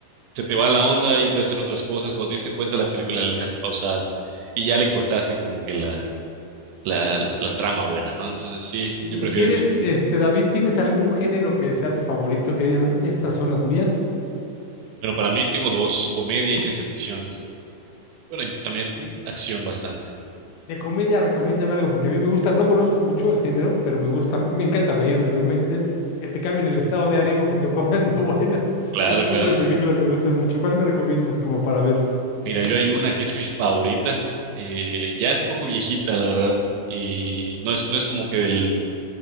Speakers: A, on the right; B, on the left.
A: se te va la onda y empiezas a hacer otras cosas. Cuando te diste cuenta, la película la dejaste pausada y ya le cortaste como que la, la, la, la trama buena, ¿no? Entonces, sí,
B: ¿Y,
A: yo prefiero
B: y tienes,
A: el cine.
B: este, David, tienes algún género que sea tu favorito, que digas, estas son las mías?
A: Bueno, para mí tengo dos, comedia y ciencia ficción. Bueno, y también
B: Sí.
A: acción bastante.
B: De comedia, recomiéndame algo, porque a mí me gusta, no conozco mucho el género, pero me gusta, me encanta reírme, obviamente, que te cambien el estado de ánimo, que te <laughs> pongan de buenas.
A: Claro,
B: Ese
A: claro.
B: tipo de películas me gustan mucho. ¿Cuál me recomiendas como para ver?
A: Mira, yo hay una que es mi favorita. eh, ya es un poco viejita, la verdad. Y no es, no es como que del